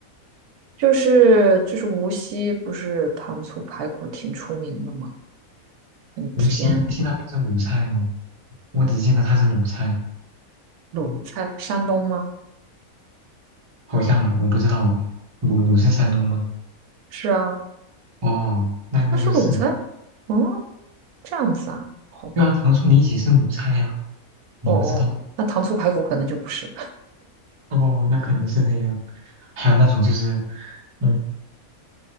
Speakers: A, on the right (about 90°); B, on the right (about 30°).
A: 就是就是无锡不是糖醋排骨挺出名的吗？很甜，
B: 无锡无锡那边是鲁菜吗？我只记得它是鲁菜，
A: 鲁菜，山东吗？
B: 好像吧，我不知道哦。鲁鲁是山东吗？
A: 是啊，
B: 哦，那那就是，
A: 它是鲁菜。嗯，这样子啊，好吧。
B: 对啊，糖醋里脊是鲁菜呀、你不知道？
A: 哦哦，那糖醋排骨可能就不是。
B: 哦，那可能是这样。还有那种就是，嗯，